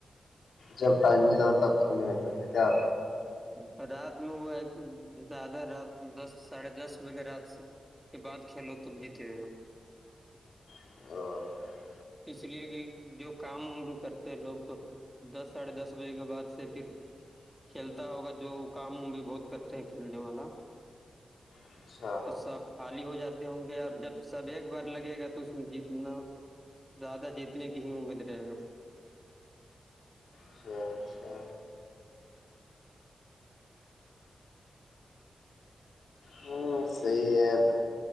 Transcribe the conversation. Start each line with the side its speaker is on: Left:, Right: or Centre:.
Left: جب ٹائم ملا تب کھیو تو کیا
Centre: ہ رات ن وہ ہے زیادہ رات دس ساڑھے دس بجے رات سے کے بعد کھیلو توب جیتے
Left: <unintelligible>
Centre: اس لیے کہ جو کام وام بھی کرتے ہیں لوگ تو دس ساڑھے دس بجے کے بعد سے پھر کھیلتا ہوگا جو کام وم بھی بہت کرتے ہیں کھیلنے والا
Left: اچھا
Centre: تو سب خالی ہو جاتے ہوں گے اور جب سب ایک بار لگے گا تو اس میں جتنا زیادہ جیتنے کی ہی امید رہے گا
Left: اچاچھا ہوں صحی ہے